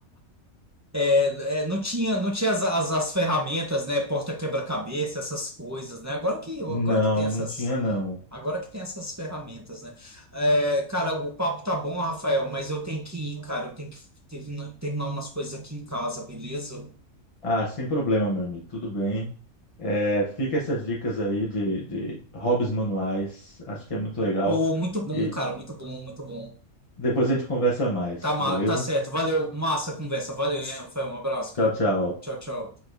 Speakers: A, on the right; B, on the left.
A: é, é, não tinha, não tinha as, as, as ferramentas, né? Porta quebra-cabeça, essas coisas, né? Agora que, agora
B: Não,
A: que tem essas,
B: não tinha não.
A: agora que tem essas ferramentas, né? É, cara, o papo tá bom, Rafael, mas eu tenho que ir, cara. Eu tenho que terminar, terminar umas coisas aqui em casa, beleza?
B: Ah, sem problema, meu amigo, tudo bem. É, fica essas dicas aí de, de hobbies manuais, acho que é muito legal.
A: Pô, muito bom,
B: E
A: cara. Muito bom, muito bom.
B: depois a gente conversa mais,
A: Tá, ma-
B: beleza?
A: tá certo. Valeu. Massa a conversa. Valeu, hein, Rafael? Um abraço, cara.
B: Tchau, tchau.
A: Tchau, tchau.